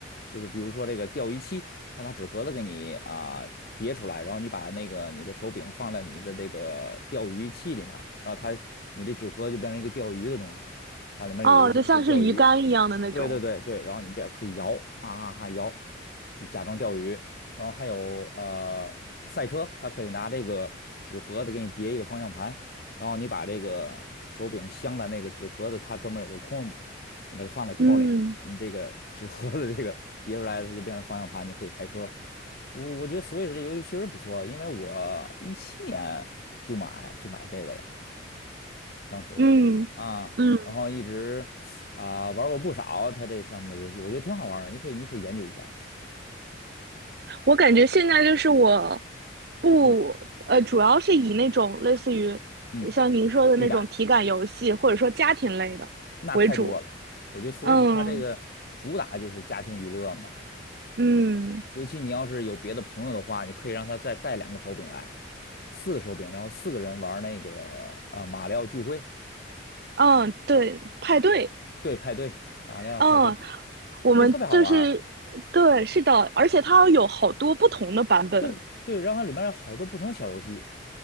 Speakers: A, on the left; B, on the right.
A: 就是比如说这个钓鱼器，它拿纸盒子给你啊、叠出来，然后你把那个你的手柄放在你的这个钓鱼器里面儿然后它你这纸盒就变成一个钓鱼的东西了，它里面有游戏，
B: 哦，就像是鱼竿一样的那种。
A: 你可以钓鱼。对对对对，然后你这样可以摇啊啊啊摇，就假装钓鱼。然后还有呃赛车，它可以拿这个纸盒子给你叠一个方向盘，然后你把这个手柄镶在那个纸盒子，它专门有个空嘛，你把它放在空里，
B: 嗯
A: 你这个纸盒子这个叠出来，它就变成方向盘，你可以开车。我我觉得 Switch 这游戏确实不错，因为我一七年就买就买这个了，当时啊，
B: 嗯嗯，
A: 然后一直啊、玩过不少它这上面的游戏，我觉得挺好玩的，你可以你可以研究一下。
B: 我感觉现在就是我不呃，
A: 嗯
B: 主要是以那种类似于
A: 嗯，
B: 像您说的那种体感游戏，
A: 体感
B: 或者说家庭类的为主。
A: 那太多了，我觉得 Switch
B: 嗯
A: 它这个主打就是家庭娱乐嘛，
B: 嗯
A: 尤其你要是有别的朋友的话，你可以让他再带两个手柄来，四个手柄，然后四个人玩那个呃马里奥聚会，
B: 嗯，对，派对。
A: 对，派对，马里奥派对，
B: 嗯，我们就是对，
A: 那特别好玩儿。
B: 是的，而且它有好多不同的版本。
A: 对对，然后里面有好多不同小游戏。